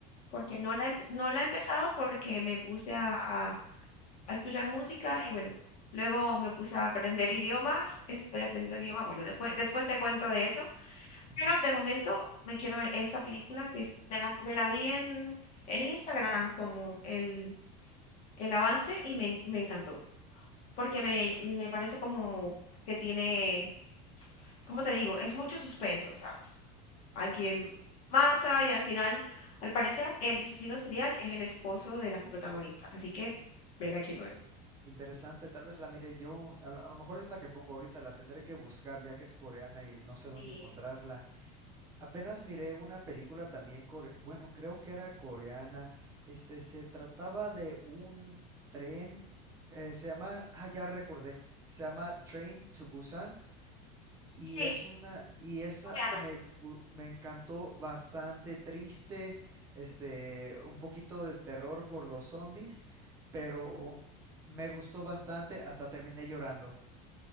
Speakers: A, on the left; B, on the right.
A: porque no la, he- no la he empezado porque me puse a, a a escuchar música y bueno. Luego me puse a aprender idiomas, estoy aprendiendo idiomas Bueno, después, después te cuento de eso.
B: <laughs>
A: Pero de momento me quiero ver esta película que es- me la, me la vi en, en Instagram como el, el avance y me, en- me encantó. Porque me, me parece como que tiene, ¿cómo te digo? Es mucho suspenso, ¿sabes? Alguien mata y al final, al parecer, el asesino serial es el esposo de la protagonista. Así que
B: Mm.
A: me la quiero ver.
B: Interesante, tal vez la mire yo. A, lo a lo mejor es la que pongo ahorita, la tendré que buscar ya que es coreana y no
A: Sí.
B: sé dónde encontrarla. Apenas miré una película también core, bueno, creo que era coreana. Este, se trataba de un tren, eh, se llama, ah, ya recordé, se llama Train to Busan. Y y
A: Sí,
B: es una, y esa
A: es coreana.
B: me, gu- me encantó bastante triste, este, un poquito de terror por los zombies, pero me gustó bastante, hasta terminé llorando.